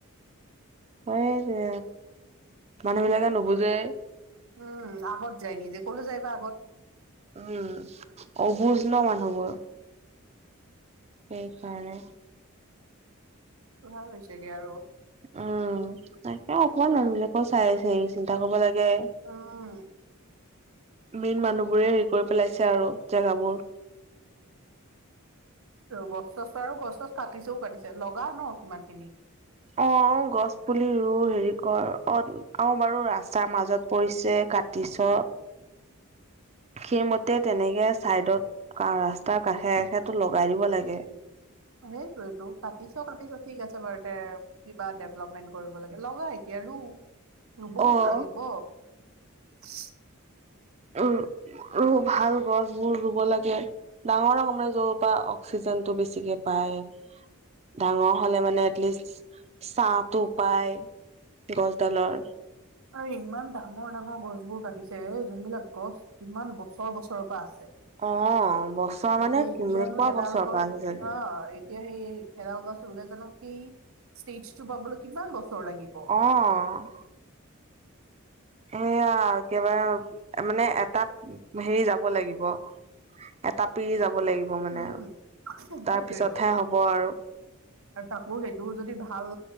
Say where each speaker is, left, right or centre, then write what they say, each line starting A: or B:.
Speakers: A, on the right; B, on the right.
A: হয় দে মানুহ বিলাকে নুবুজে।
B: উম আগত যায় নিজে ক'লৈ যায় বা আগত।
A: উম অবুজ নহ মানুহবোৰ। সেইকাৰণে।
B: <unintelligible> হৈছেগে আৰু।
A: উম তাকে অকমান মানুহ বিলাকে চাই। <unintelligible> চিন্তা কৰিব লাগে।
B: উম।
A: মেইন মানুহ বোৰে হেৰি কৰি পেলাইছে আৰু জেগাবোৰ।
B: গছ চছটো আৰু গছ চছ কাটিছেও কাটিছে লগা নহ সিমান খিনি।
A: অ গছ পুলি ৰু হেৰি কৰ। অ আৰু বাৰু ৰাস্তাৰ মাজত পৰিছে কাটিছো। সেইমতে তেনেকে চাইডত ৰাস্তাৰ কাষে কাষেতো লগাই দিব লাগে।
B: অ সেইটোৱেটো কাটিছো কাটিছো ঠিক আছে বাৰু তে কিবা ডেভলপমেন্ট কৰিব লাগে লগা এতিয়া ৰু
A: অ',
B: ৰুৱওতো লাগিব। <inaudible>
A: উমঁ' উমঁ' ভাল গছবোৰ ৰুব লাগে। ডাঙৰ ডাঙৰ মানে যৰ পৰা অক্সিজেনটো বেছিকে পায়। ডাঙৰ হ'লে মানে এটলিষ্ট ছাঁটো পায় গছডালৰ।
B: আৰু ইমান ডাঙৰ ডাঙৰ গছ বোৰ কাটিছে যোনবিলাক গছ ইমান বছৰ বছৰৰ পৰা আছে।
A: অ', বছৰ মানে
B: এতিয়া এতিয়ানো
A: কেনেকুৱা
B: এডাল
A: বছৰ
B: গছ
A: পাৰ হৈ
B: <unintelligible>
A: চাগে।
B: এতিয়া সেই এডাল গছ ৰুলে জানো সেই ষ্টেজটো পাবলৈ কিমান বছৰ লাগিব।
A: অঁ। এইয়া একেবাৰে মানে এটা হেৰি যাব লাগিব। এটা পিৰি যাব লাগিব
B: উম
A: মানে আৰু
B: সেইটোয়েতো
A: তাৰ পিছতহে হ'ব আৰু।
B: আৰু তাপো সেইটো যদি ভাল